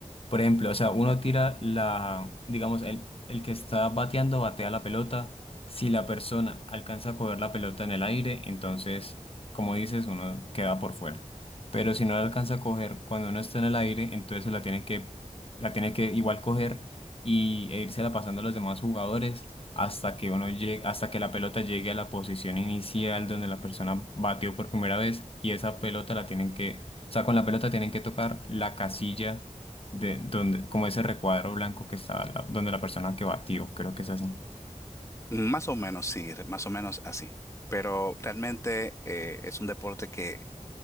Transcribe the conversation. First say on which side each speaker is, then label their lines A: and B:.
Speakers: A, on the left; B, on the left.
A: Por ejemplo, o sea, uno tira la, digamos, el, el que está bateando batea la pelota. Si la persona alcanza a coger la pelota en el aire, entonces, como dices, uno queda por fuera. Pero si no la alcanza a coger cuando uno está en el aire, entonces la tiene que, la tiene que igual coger y, e irse la pasando a los demás jugadores hasta que uno llegue, hasta que la pelota llegue a la posición inicial donde la persona batió por primera vez y esa pelota la tienen que, o sea, con la pelota tienen que tocar la casilla de donde, como ese recuadro blanco que está la- donde la persona que batió, creo que es así.
B: Más o menos, sí, re- más o menos así. Pero realmente eh, es un deporte que